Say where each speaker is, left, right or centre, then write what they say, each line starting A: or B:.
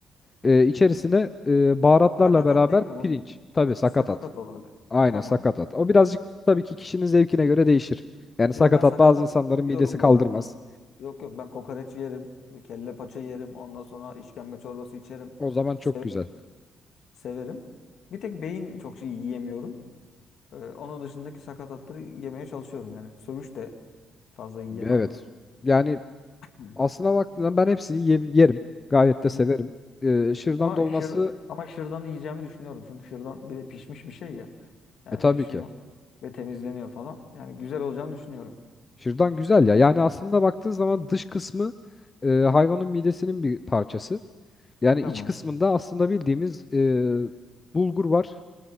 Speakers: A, on the left; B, on the left.
A: E, içerisine e, baharatlarla
B: Sakatat
A: beraber
B: değil mi bunlar?
A: pirinç, tabii
B: Sa-
A: sakatat.
B: sakatat olarak.
A: Aynen
B: Hı, tamam.
A: sakatat. O birazcık tabii ki kişinin zevkine göre değişir. Yani sakatat
B: Yo ben sakatat
A: bazı insanların
B: yiyorum
A: midesi kaldırmaz.
B: bu arada. Yok yok ben kokoreç yerim, kelle paça yerim, ondan sonra işkembe çorbası içerim.
A: O zaman çok
B: Seve-
A: güzel.
B: severim. Bir tek beyin çok şey yiyemiyorum. Ee, onun dışındaki sakatatları yemeye çalışıyorum yani. Söğüş de fazla yiyemem.
A: Evet. Yani
B: Hı.
A: aslına baktığında ben hepsini ye- yerim. Gayet de severim.
B: Hı.
A: Ee, şırdan
B: Ama
A: dolması
B: şır ama şırdanı yiyeceğimi düşünüyorum. Çünkü şırdan bir de pişmiş bir şey ya. Yani
A: e tabii
B: pişiyor
A: ki.
B: ve temizleniyor falan. Yani güzel olacağını düşünüyorum.
A: Şırdan güzel ya. Yani aslında baktığın zaman dış kısmı e, hayvanın midesinin bir parçası. Yani
B: Tamam.
A: iç kısmında aslında bildiğimiz e, bulgur var.